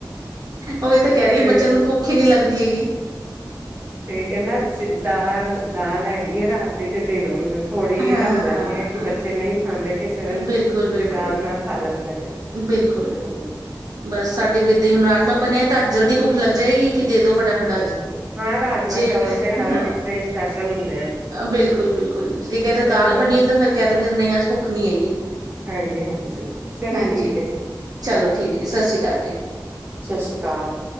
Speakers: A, on the right (about 55°); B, on the right (about 30°).
A: ਉਹੀ ਤਾਂ ਕਹਿ ਰਹੀ
B: ਤੇ,
A: ਹੈ, ਬੱਚਿਆਂ ਨੂੰ ਭੁੱਖ ਹੀ ਨੀ ਲੱਗਦੀ ਹੈਗੀ
B: ਤੇ ਕਹਿੰਦਾ ਦਾਲ ਅ ਦਾਲ ਹੈਗੀ। ਗੀ ਹੈ ਰਾਤ ਦੀ, ਤੇ ਦੇ ਦੋ ਮੈਨੂੰ। ਥੋੜੀ
A: ਹਾਂ
B: ਹੀ ਰੱਖ ਲੈਂਦੇ ਆਾਂ ਕਿ ਬੱਚੇ ਨਹੀਂ ਖਾਂਦੇ ਕਿਸੇ ਵੇਲੇ
A: ਬਿਲਕੁਲ-ਬਿਲਕੁਲ,
B: ਤੇ ਦਾਲ
A: ਬਿਲਕੁਲ
B: ਨਾਲ ਖਾ ਲੈਂਦੇ ਨੇ
A: ਬਿਲਕੁਲ
B: ਹਾਂਜੀ
A: ਬਸ ਸਾਡੇ ਵੀ ਰਾਜਮਾ ਬਣਿਆ ਤਾਂ ਜਲਦੀ ਭੁੱਖ ਲੱਗ ਜਾਏਗੀ ਕਿ ਦੇ ਦੋ ਫਟਾਫਟਾ
B: ਹਾਂਜੀ ਹਾਂ ਰਾਜਮਾਂ
A: ਜੇ
B: ਚਾਵਲ ਤੇ ਹਰ
A: ਹਾਂ
B: ਇੱਕ ਦੇ ਸਪੈਸ਼ਲ ਹੁੰਦੇ ਹਨ
A: ਬਿਲਕੁਲ ਬਿਲਕੁਲ ਜੇ ਕਹਿ ਅੱਜ
B: ਚਲੋ
A: ਦਾਲ ਬਣੀ ਤਾਂ ਫਿਰ ਕਹਿ ਦੇਣਗੇਆਂ ਕੀ ਭੁੱਖ ਨਹੀਂ ਹੈਗੀ
B: ਹਾਂਜੀ ਹਾਂਜੀ ਚਲੋ
A: ਹਾਂਜੀ
B: ਠੀਕ ਹੈ ਜੀ
A: ਚਲੋ
B: ਠੀਕ
A: ਜੀ ਸਤਿ
B: ਹੈ
A: ਸ਼੍ਰੀ ਅਕਾਲ ਜੀ
B: ਸਤਿ ਸ੍ਰੀ ਅਕਾਲ